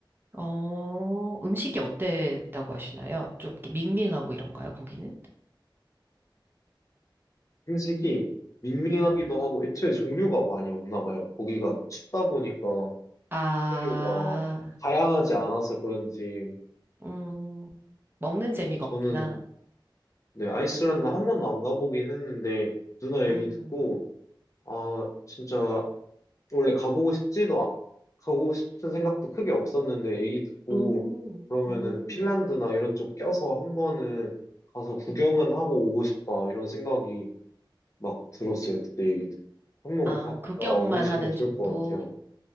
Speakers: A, on the right; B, on the left.
A: 어, 음식이 어땠다고 하시나요? 좀 이렇게 밍밍하고 이런가요, 거기는?
B: 음식이 밍밍하기도
A: 음.
B: 하고 애초에 종류가 많이 없나 봐요. 거기가 춥다 보니까
A: 아.
B: 재료가 다양하지 않아서 그런지.
A: 음. 먹는 재미가
B: 그래서 저는
A: 없구나.
B: 네, 아이슬란드 한 번도 안 가보긴 했는데, 누나 얘기
A: 음.
B: 듣고, 아, 진짜, 원래 가보고 싶지도, 아- 가고 싶은 생각도 크게 없었는데, 얘기 듣고,
A: 음,
B: 그러면은
A: 음,
B: 핀란드나 이런 쪽 껴서 한 번은 가서 구경은
A: 음.
B: 하고 오고 싶다, 이런 생각이 막 들었어요, 그때 얘기 듣고. 한 번
A: 아,
B: 갔다
A: 구경만
B: 와보시면
A: 하는
B: 좋을
A: 정도?
B: 것 같아요.